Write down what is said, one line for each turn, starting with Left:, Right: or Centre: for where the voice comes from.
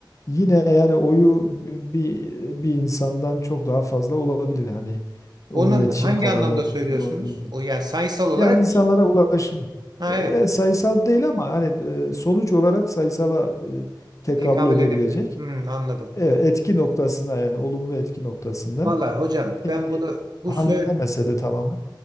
Left: Yine yani oyu bi- bir bir insandan çok daha fazla olabilir hani o
Right: Onun
Left: iletişim
Right: hangi
Left: kanalları
Right: anlamda söylüyorsunuz?
Left: kullandığı.
Right: O yani sayısal olarak
Left: Yani insanlara
Right: değil.
Left: ulaşım
Right: Ha
Left: ya,
Right: evet.
Left: e, sayısal değil ama hani e, sonuç olarak sayısala e, tekabül
Right: Tekabül
Left: edebilecek.
Right: edebilir. Hı, anladım.
Left: Evet, etki noktasında yani olumlu etki noktasında.
Right: Vallahi hocam
Left: Yani
Right: ben bunu bu
Left: e, halledemese
Right: sö-
Left: de tamamen.